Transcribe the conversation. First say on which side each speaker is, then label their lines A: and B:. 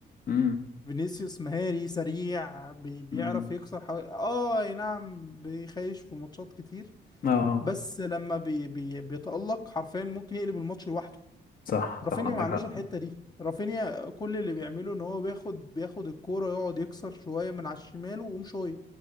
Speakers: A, on the left (about 45°); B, on the left (about 20°).
A: امم
B: فينيسيوس مهاري سريع بي بيعرف
A: امم
B: يكسر حوالي اه أي نعم بيخيش في ماتشات كتير
A: اه
B: بس لما بي بي بيتألق حرفيا ممكن يقلب الماتش لوحده
A: صح
B: رافينيا
A: صح عندك
B: ما عندوش
A: حق
B: الحتة دي رافينيا كل اللي بيعمله ان هو بياخد بياخد الكورة يقعد يكسر شوية من على الشمال ويقوم شوية